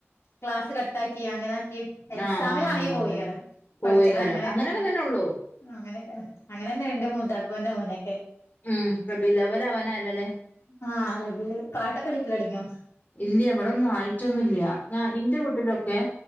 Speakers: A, on the left; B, on the left.
A: ക്ലാസ് കട്ടാക്കി അങ്ങനെ ആക്കി എക്സാമിനാണെങ്കിൽ
B: ആ ആ ആ
A: പോയികരം
B: അതന്നെ
A: പഠിച്ചാനങ്ങനെ
B: പോവേകാരം അങ്ങനെയൊക്കെ തന്നെ ഉള്ളൂ
A: അങ്ങനെയൊക്കെ അങ്ങനെന്നെ ഇന്റെ മുതിയാപ്പൂന്റെ മോനൊക്കെ
B: മ് റബിയുൽ അവ്വൽ അവാനായല്ലോലെ
A: ആഹ് അറബില് പാട്ടൊക്കെടിക്കലടിയോ
B: ഇല്ല ഇവിടൊന്നും ആയിട്ടൊന്നുല്ല ഞാൻ ന്റെ വീട്ടിലൊക്കെ